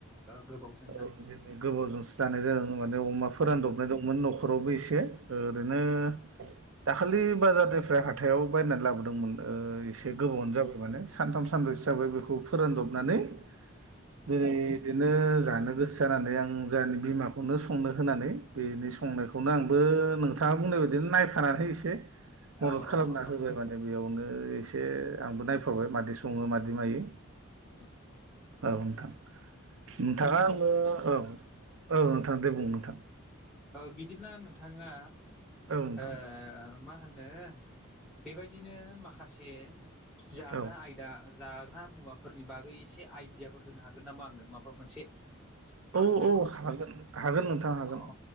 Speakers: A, in the centre; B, on the right.
A: गोबाव जायो
B: औ दिनै गोबावजोंसो जानाय जादों माने अमा फोरानदों
A: औ
B: फाबनाय दंमोन न'खरावबो एसे ओरैनो दाखालि बाजारनिफ्राय हाथायाव बायनानै लाबोदोंमोन एसे गोबावनो जाबाय माने सानथाम सान्रै हिसाबै बेखौ फोरानदबनानै दिेरै बिदिनो जानो गोसो जानानै आं जोंनि बिमाखौनो संनो होनानै बिनि संनायखौ खौनो आंबो नोंथाङा बुंनाय बायदि नायफानानै एसे
A: औ
B: मदद खालामना
A: औ
B: होबाय माने द बेयावनो एसे आंबो नायफाबाय मादि सङो मादि मायो
A: <inaudible>
B: औ नोंथां नोंथाङा आंनो औ औ नोंथां दे बुं नोंथां
A: औ बिदिब्ला नोंथाङा
B: औ नोंथां
A: ओ मा होनो बेबायदिनो माखासे जाग्रा
B: औ
A: आयदा जाग्रा मुवा फोरनि बागै एसे आइडियाफोर होनो हागोन नामा आंनो माबा मोनसे फोरोंनायखौ
B: औ औ हागोन हागोन नोंथां हागोन
A: अ